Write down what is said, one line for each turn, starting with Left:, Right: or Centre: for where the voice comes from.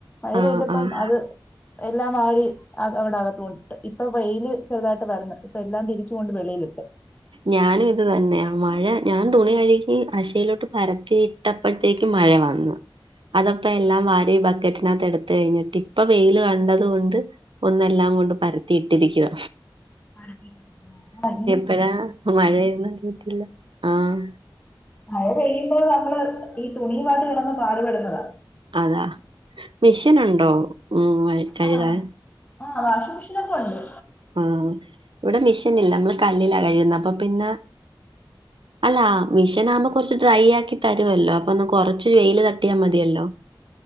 Left: മഴ
Right: ആഹ്
Left: പെയ്തപ്പം
Right: ആഹ്
Left: അത് എല്ലാം വാരി അ അവിടെ അകത്തു കൊണ്ടിട്ട് ഇപ്പൊ വെയില് ചെറുതായിട്ട് വരന്ന് ഇപ്പൊ എല്ലാം തിരിച്ചു കൊണ്ട് വെളിയിലിട്ട്
Right: ഞാനും ഇത് തന്നെയാ മഴ ഞാൻ തുണി കഴുകി അശയിലോട്ട് പരത്തി ഇട്ടപ്പഴത്തേക്ക് മഴ വന്നു അതപ്പ എല്ലാം വാരി ബക്കറ്റിനകത്ത് എടുത്ത് കഴിഞ്ഞിട്ട് ഇപ്പൊ വെയില് കണ്ടത് കൊണ്ട് ഒന്നെല്ലാം കൊണ്ട് പരത്തിയിട്ടിരിക്കുവ
Left: ആഹ് മല്ലി
Right: അപ്പഴ മഴയൊന്നും കേട്ടില്ല ആഹ്
Left: മഴ പെയ്യുമ്പോൾ നമ്മള് ഈ തുണിയുമായിട്ട് കിടന്ന് പാടുപെടുന്നതാ
Right: അതാ മിഷീനുണ്ടോ ഉം കഴുകാൻ?
Left: ആഹ് ആഹ് വാഷിംഗ് മെഷീനൊക്കെ ഉണ്ട്
Right: ആഹ് ഇവിടെ മിഷനില്ല നമ്മള് കല്ലിലാ കഴുകുന്ന അപ്പൊ പിന്നെ അല്ല മിഷനാവുമ്പ കൊർച്ച് ഡ്രൈആക്കി തരുവല്ലോ അപ്പൊ ഒന്ന് കൊറച്ച് വെയ്ല് തട്ടിയാമതിയല്ലോ..